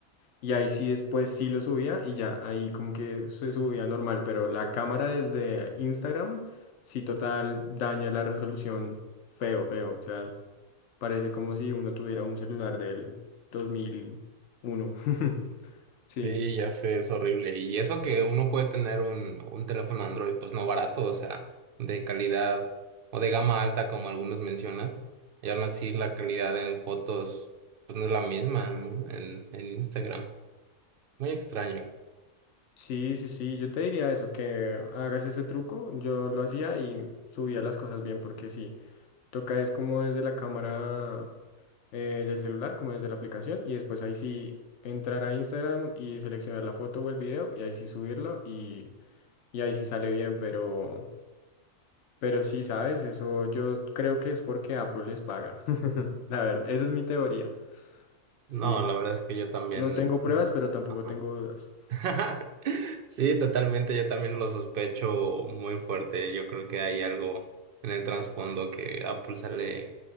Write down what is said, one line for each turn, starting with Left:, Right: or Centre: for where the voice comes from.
Left: Y ahí sí después sí lo subía y ya, ahí como que se subía normal, pero la cámara desde Instagram sí total daña la resolución feo, feo. O sea, parece como si uno tuviera un celular del 2001. <laughs> Sí,
Right: Sí, ya sé, es horrible. Y eso que uno puede tener un, un teléfono Android, pues no barato, o sea, de calidad o de gama alta, como algunos mencionan. Y aún así la calidad en fotos, pues no es la misma, ¿no? En, en Instagram. Muy extraño.
Left: sí, sí, sí, yo te diría eso, que hagas ese truco. Yo lo hacía y subía las cosas bien porque sí, toca es como desde la cámara. eh, del celular, como desde la aplicación, y después ahí sí entrar a Instagram y seleccionar la foto o el video, y ahí sí subirlo, y, y ahí sí sale bien, pero, pero sí, ¿sabes? Eso yo creo que es porque Apple les paga. <laughs> La verdad, esa es mi teoría. Sí,
Right: No, la verdad es que yo también.
Left: no tengo pruebas, pero tampoco
Right: Ajá.
Left: tengo dudas.
Right: <laughs> Sí, totalmente, yo también lo sospecho muy fuerte. Yo creo que hay algo en el trasfondo que Apple sale,